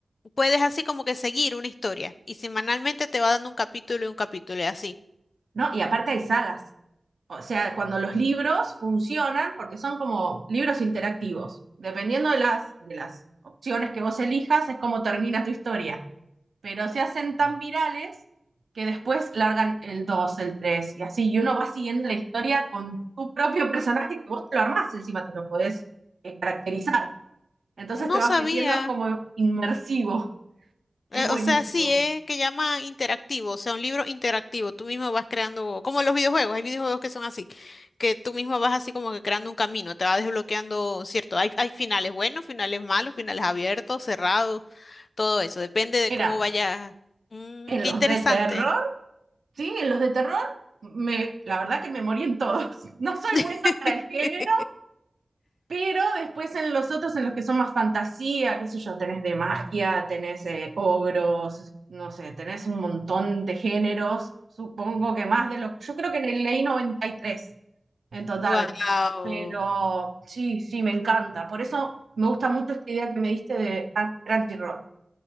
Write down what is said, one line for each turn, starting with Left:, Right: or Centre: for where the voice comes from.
Left: puedes así como que seguir una historia y semanalmente te va dando un capítulo y un capítulo y así.
Right: ¿no? Y aparte hay sagas. O sea, cuando los libros funcionan, porque son como libros interactivos. Dependiendo de las, de las opciones que vos elijas, es como termina tu historia. Pero se hacen tan virales que después largan el 2, el 3 y así. Y uno va siguiendo la historia con tu propio personaje que vos te lo armás, encima te lo podés eh, caracterizar. Entonces
Left: No
Right: te vas
Left: sabía.
Right: metiendo es como inmersivo.
Left: Eh,
Right: Es buenísimo.
Left: o sea, sí, es que llama interactivo, o sea, un libro interactivo. Tú mismo vas creando, como los videojuegos, hay videojuegos que son así, que tú mismo vas así como que creando un camino, te va desbloqueando, cierto, hay, hay finales buenos, finales malos, finales abiertos, cerrados, todo eso, depende de
Right: Era
Left: cómo vayas. Mm,
Right: en
Left: qué
Right: los
Left: interesante.
Right: de terror Sí, los de terror, me, la verdad que me morí en todos. <laughs> No soy
Left: <laughs>
Right: buena para el género, pero después en los otros, en los que son más fantasía, qué sé yo, tenés de magia, tenés eh, ogros, no sé, tenés un montón de géneros, supongo que más de lo... Yo creo que en el leí 93 en total,
Left: Wow.
Right: pero sí, sí, me encanta. Por eso me gusta mucho esta idea que me diste de Crunchyroll.